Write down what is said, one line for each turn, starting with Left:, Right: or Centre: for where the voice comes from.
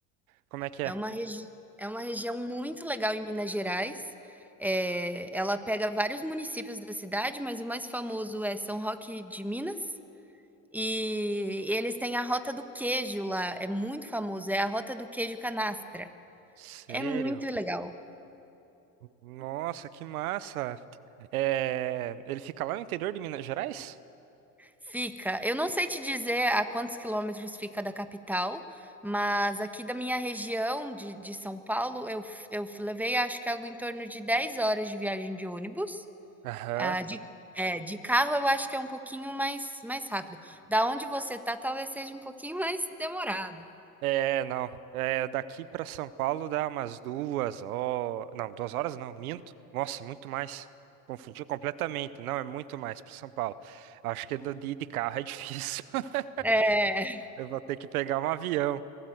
Right: Como é que
Centre: É
Right: é?
Centre: uma, regi é uma região muito legal em Minas Gerais. É, ela pega vários municípios da cidade, mas o mais famoso é São Roque de Minas. E eles têm a rota do queijo lá, é muito famoso, é a rota do queijo canastra.
Right: Sério?
Centre: É muito legal.
Right: Nossa, que massa! É, ele fica lá no interior de Minas Gerais?
Centre: Fica, eu não sei te dizer a quantos quilômetros fica da capital, mas aqui da minha região de de São Paulo, eu f eu f levei acho que algo em torno de 10 horas de viagem de ônibus,
Right: Aham.
Centre: ah, de é, de carro eu acho que é um pouquinho mais mais rápido. Da onde você tá, talvez seja um pouquinho mais demorado.
Right: É, não. É, daqui pra São Paulo dá umas duas horas. Não, duas horas não, minto. Nossa, muito mais. Confundi completamente. Não, é muito mais pra São Paulo. Acho que do- de ir de carro é difícil. <laughs>
Centre: É, <laughs>
Right: Eu vou ter que pegar um avião.